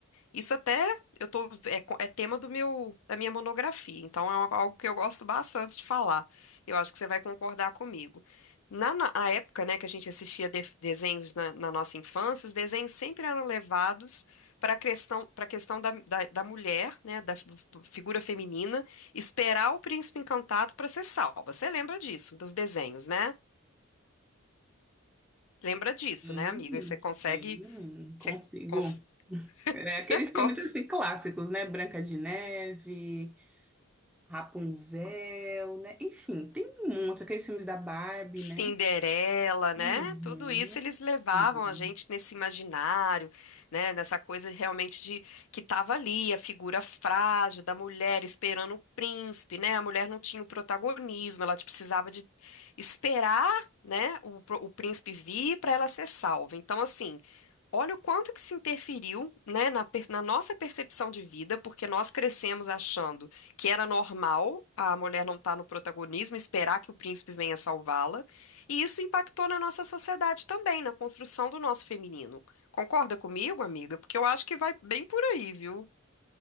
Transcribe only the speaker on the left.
Isso até eu tô, é, co- é tema do meu, da minha monografia, então é uma- algo que eu gosto bastante de falar. Eu acho que você vai concordar comigo. Na, na- na época, né, que a gente assistia def- desenhos na, na nossa infância, os desenhos sempre eram levados para a questão, para questão da, da, da mulher, né, da, do- do- figura feminina, esperar o príncipe encantado para ser salva. Você lembra disso, dos desenhos, né? Lembra disso,
né, amiga? Você consegue,
você cons-
<laughs>
consegue
Cinderela,
né?
Tudo isso eles levavam
a gente nesse imaginário, né? Nessa coisa realmente de que tava ali a figura frágil da mulher esperando o príncipe, né? A mulher não tinha o protagonismo, ela tipo, precisava de esperar, né? O, pro- o príncipe vir para ela ser salva. Então, assim, Olha o quanto que se interferiu, né, na, per- na nossa percepção de vida, porque nós crescemos achando que era normal a mulher não estar no protagonismo, esperar que o príncipe venha salvá-la, e isso impactou na nossa sociedade também, na construção do nosso feminino. Concorda comigo, amiga? Porque eu acho que vai bem por aí, viu?